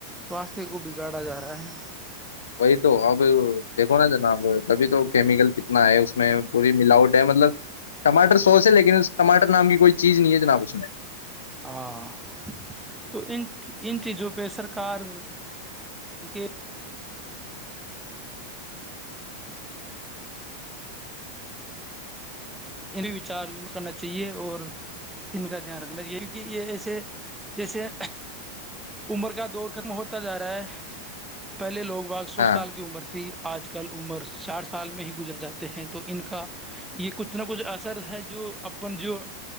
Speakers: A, in the centre; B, on the left (about 65°).
A: سواستھ کو بگاڑا جا رہا ہے
B: وہی تو اب دیکھو نا ج نا ا ابھی تو کیمیکل کتنا ہے اس میں پوری ملاوٹ ہے مطلب ٹماٹر سوس ہے لیکن اس ٹماٹر نام کی کوئی چیز نہیں ہے جناب اس میں
A: ہاں تو ان ان چیزوں پہ سرکار بکہ کوچار کرنا چاہیے اور ان کا دھیان رکھنا چاہیے کیونکہ یہ ایسے جیسے عمر کا دور ختم ہوتا جا رہا ہے پہلے لوگوں ب سو
B: ہاں
A: سال کی عمر تھی آج کل عمر چاٹ س سال میں ہی گزر جاتے ہیں تو ان کا یہ کچھ نہ کچھ اثر ہے جو اپن جو